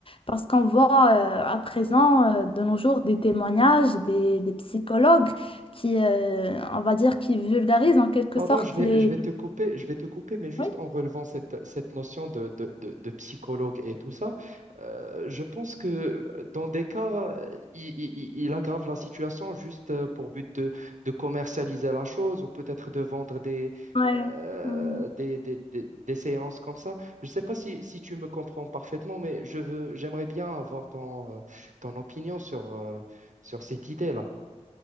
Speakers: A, on the left (about 45°); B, on the right (about 80°).
A: parce qu'on voit euh, à présent, euh, de nos jours, des témoignages, des, des psychologues qui, euh, on va dire, qui vulgarise en quelque
B: Pardon,
A: sorte
B: je vais,
A: les...
B: je vais te couper, je vais te couper, mais juste
A: Oui.
B: en relevant cette, cette notion de, de, de- de psychologue et tout ça, euh, je pense que dans des cas, euh, il, il- il aggrave la situation juste euh, pour but de, de commercialiser la chose ou peut-être de vendre des,
A: Ouais.
B: euh,
A: Mm.
B: des, des, des- des séances comme ça. Je ne sais pas si, si tu me comprends parfaitement, mais je veux, j'aimerais bien avoir ton, euh, ton opinion sur, euh, sur cette idée-là.